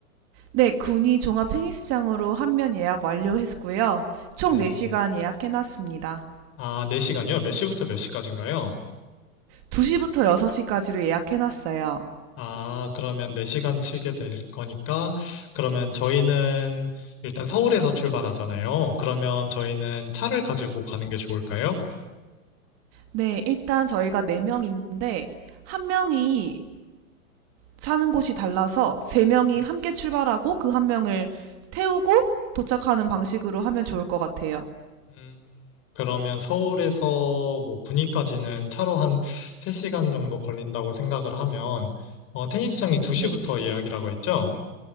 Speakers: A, on the right (about 35°); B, on the left (about 30°).
A: 네, 군이 종합 테니스장으로 한 면 예약 완료했고요. 총
B: 네.
A: 4시간 예약해놨습니다.
B: 아, 4시간이요? 몇 시부터 몇 시까지인가요?
A: 2시부터 6시까지로 예약해놨어요.
B: 아, 그러면 4시간 치게 될 거니까 그러면 저희는 일단 서울에서 출발하잖아요. 그러면 저희는 차를 가지고 가는 게 좋을까요?
A: 네, 일단 저희가 4명인데, 한 명이 사는 곳이 달라서 3명이
B: 음.
A: 함께 출발하고 그 한 명을 태우고 도착하는 방식으로 하면 좋을 것 같아요.
B: 음, 그러면 서울에서 뭐 구리까지는 차로 한 3시간 정도 걸린다고 생각을 하면, 어, 테니스장이 2시부터
A: 네.
B: 예약이라고 했죠?